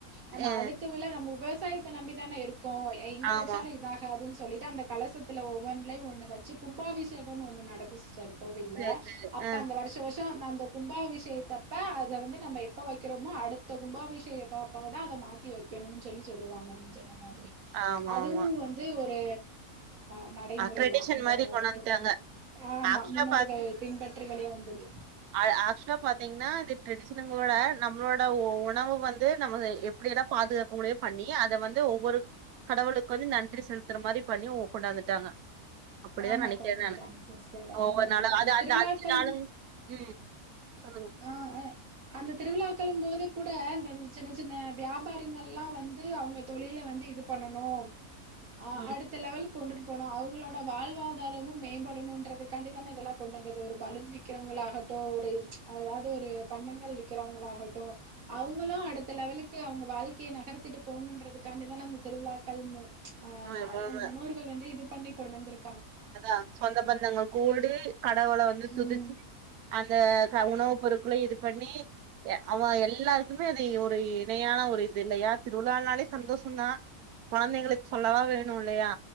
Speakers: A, on the right (about 65°); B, on the right (about 85°).
A: நம்ம
B: ஆ
A: அடுத்த வேல நம்போ விவசாயத்த நம்பி தான இருக்கோ எங்க
B: ஆமா
A: வச்சாலு இதா அதுன் சொல்லிட்டு அந்த கலசத்துல ஒவ்வொன்லயு ஒன்னு வச்சு கும்பாபிஷேகம்னு ஒன்னு நடக்கு சிஸ்டர் கோவில்ல
B: சேரி சேரி
A: அப்ப
B: ஆ
A: அந்த வருஷ வருஷ த்த அந்த கும்பாபிஷேகத்தப்ப அத வந்து நம்ம எப்ப வக்கிறோமோ அடுத்த கும்பாபிஷேகத்தப்பதா அத மாத்தி வ நிக்கணுன் சொல்லி சொல்லுவாங்க நீங்க சொன்ன மாதிரி
B: ஆமா
A: அதுவு
B: ஆமா
A: வந்து ஒரு நா நடைமுறைதா
B: அ ட்ரெடிஷன்
A: அந்த
B: மாரி கொண்டு
A: கோவில்
B: வந்துட்டாங்க
A: ஆமா
B: ஆக்சுவலா
A: முன்னோர்கள் பின்பற்று வழிய வந்தது
B: அது ஆக்சுவலா பாத்தீங்ன்னா இது ட்ரெடிஷனங்களோட நம்ளோட உணவு வந்து நம்மள எப் ப்டியெல்லா பாதுகாக்க முடியுமோ பண்ணி அத வந்து ஒவ்வொரு கடவுளுக்கு வந்து நன்றி செலுத்துற மாரி பண்ணி ஒக் கொண்டாந்துட்டாங்க அப்டிதா
A: ஆமா
B: நெனைக்கிறே
A: கொண்டு வந்துட்டாங்க
B: நானு
A: சிஸ்டர் ஆமா
B: ஒவ்வொரு நாளும்
A: ஆமா
B: அது அந்த
A: திருவிழாக்கள்
B: அஞ்சு நாளும் ம் சொல்லுங்க
A: ஆ அந்த திருவிழாக்களும் போது கூட அந்த சின்ன சின்ன வியாபாரிங்கல்லாம் வந்து அவங்க தொழில வந்து இது பண்ணணு ஆ அடுத்
B: ம்.
A: அடுத்த லெவல்க் கொண்டுட்டு போனு அவங்களோட வாழ்வாதாரமு மேம்படணுன்றதுகாண்டி தான இதெல்லா கொண்டு வந்தது ஒரு பலூன் வித் க்கிரவங்களாகட்டு ஒரு அதாவது ஒரு பண்டங்கள் விக்கிறவங்களாகட்டும் அவங்களும் அடுத்த லெவலுக்கு அவங்க வாழ்க் க்கைய நகர்த்திட்டு போணுன்றதுக்காண்டிதான இந்த திருவிழாக்கள் ஆ
B: ம். ம்,
A: முன்னோர்கள் வந்து இது பண்ணி கொண்டுவந்துருக்
B: அதா சொந்த பந்தங்கள் கூடி கடவுள வந்து துதிச்சு
A: ம்
B: அந்த உணவுப் பொருட்களும் இது பண்ணி அவன் எல்லாருக்குமே இது ஒரு இணையான ஒரு இது இல்லயா திருவிழானாலே சந்தோஷந்தா கொழந்தைங்களுக்கு சொல்லவா வேணு இல்லையா